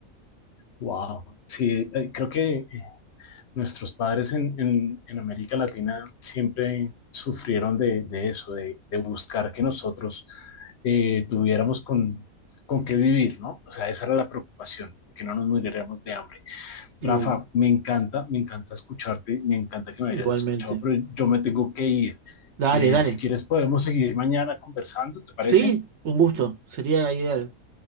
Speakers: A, on the left; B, on the right.
A: Wow, sí, eh, creo que eh, nuestros padres en, en, en América Latina siempre sufrieron de, de eso, de, de buscar que nosotros eh, tuviéramos con, con qué vivir, ¿no? O sea, esa era la preocupación, de que no nos muriéramos de hambre. Rafa,
B: sí
A: me encanta, me encanta escucharte, me encanta que me hayas
B: igualmente.
A: escuchado, pero yo me tengo que ir.
B: Dale,
A: Eh,
B: dale.
A: si quieres, podemos seguir mañana conversando, ¿te parece?
B: Sí, un gusto, sería ideal.